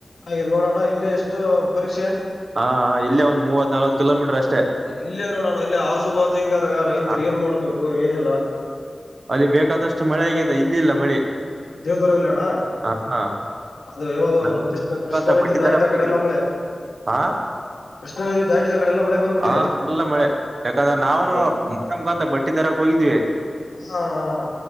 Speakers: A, on the left; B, on the right.
A: ಹಾಗಿಲ್ ನೋಡೋಣ ಇಲ್ಲೇ ಎಷ್ಟು ಪರೀಕ್ಷೆ
B: ಹಾ ಇಲ್ಲೇ ಒಂದ್ ಮೂವತ್ ನಲ್ವತ್ ಕಿಲೋಮೀಟ್ರ್ ಅಷ್
A: ಇಲ್ಲೇ ನೋಡೋಣ ಇಲ್ಲೆ ಆಜುಬಾಜು ಹಿಂಗಾದಗ ರೈತ್ರ್
B: ಹ,
A: ಏನ್ ಮಾಡ್ಬೇಕು ಏನಿಲ್ಲ
B: ಅಲ್ಲಿ ಬೇಕಾದಷ್ಟು ಮಳೆ ಆಗ್ಯಾದ ಇಲ್ ಇಲ್ಲ ಮಳಿ
A: ದೇವ್ ದೂರಲ್ಯಣ
B: ಹಾ ಹಾ
A: ಅದು ಯಾವದು
B: ನಾವ್
A: ಕೃಷ್ಣ ಕೃಷ್ಣ
B: ಅಂತ
A: ನದಿ
B: ಬಟ್ಟಿ
A: ದಾಡ್ರಿ
B: ತರಕ್
A: ಆಕಡೆ
B: ಹೋಗಿದ್ವಿ
A: ಎಲ್ಲ ಮಳೆ
B: ಹಾ
A: ಕೃಷ್ಣಾ ನದಿ ದಾಟಿದ ಕಡೆ ಎಲ್ಲ ಮಳೆ ಬಂದ್ಬಿಟ್ಟಿದೆ.
B: ಹಾ ಎಲ್ಲ ಮಳೆ ಯಾಕಂದ್ರೆ ನಾವ್ನು
A: ಓ
B: ಮ--ಮ--ಕ್ ಅಂತ ಬಟ್ಟಿ ತರಕ್ ಹೋಗಿದ್ವೇ
A: ಇಲ್ಲ ಅಣ ಹ